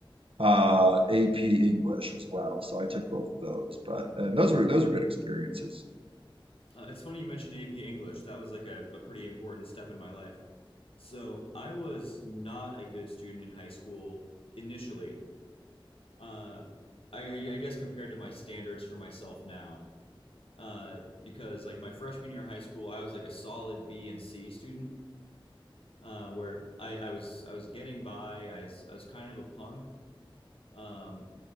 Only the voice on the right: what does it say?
uh, AP English as well. So I took both of those, but and those were those were good experiences.